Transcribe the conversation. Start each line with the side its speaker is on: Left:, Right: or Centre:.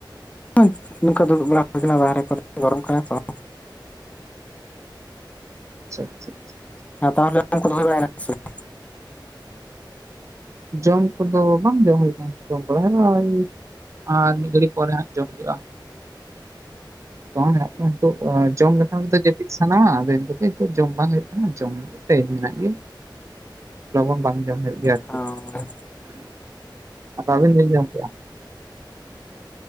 Left: ᱦᱚᱸ ᱱᱚᱝᱠᱟ ᱫᱩᱲᱩᱵ ᱵᱟᱲᱟ ᱦᱩᱭ ᱠᱟᱱᱟ ᱵᱟᱦᱨᱮ ᱠᱚᱨᱮᱫ ᱜᱚᱨᱚᱢ ᱠᱟᱱᱟ ᱛᱚ ᱾
Right: ᱟᱪᱪᱷᱟ ᱟᱪᱪᱷᱟ <unintelligible>
Left: ᱟᱨ ᱛᱟᱦᱞᱮ ᱡᱚᱢ ᱠᱚᱫᱚ ᱦᱩᱭ ᱵᱟᱲᱟᱭ ᱱᱟᱥᱮ <inaudible> <unintelligible>
Right: ᱡᱚᱢ ᱠᱚᱫᱚ ᱵᱟᱝ ᱡᱚᱢ ᱦᱩᱭ ᱠᱟᱱᱟ, ᱡᱚᱢ ᱵᱟᱲᱟ ᱦᱳᱭᱳᱜᱼᱟ ᱚᱭ ᱟᱨ ᱢᱤᱫ ᱜᱟᱲᱤ ᱯᱚᱨᱮ ᱦᱟᱜ ᱡᱚᱢ ᱦᱩᱭᱩᱜ-ᱟ ᱾ ᱵᱟᱝ <unintelligible> ᱛᱳ ᱚ ᱡᱚᱢ ᱞᱮᱠᱷᱟᱱ ᱛᱚ ᱡᱟᱹᱯᱤᱫ ᱥᱟᱱᱟᱣᱟ ᱟᱫᱚ ᱤᱱᱟᱹ ᱠᱷᱟᱛᱤᱨ ᱛᱮ ᱡᱚᱢ ᱵᱟᱝ ᱦᱩᱭᱩᱜ ᱠᱟᱱᱟ ᱡᱚᱢ ᱴᱟᱭᱤᱢ ᱢᱮᱱᱟᱜ ᱜᱮᱭᱟ ᱾ ᱞᱚᱜᱚᱱ ᱵᱟᱝ ᱡᱚᱢ ᱦᱳᱭᱳᱜ ᱜᱮᱭᱟ
Left: ᱵᱟᱝ?
Right: ᱟᱨᱠᱤ ᱾ ᱟᱫᱚ ᱟᱹᱵᱤᱱ ᱵᱤᱱ ᱡᱚᱢ ᱠᱮᱜᱼᱟ?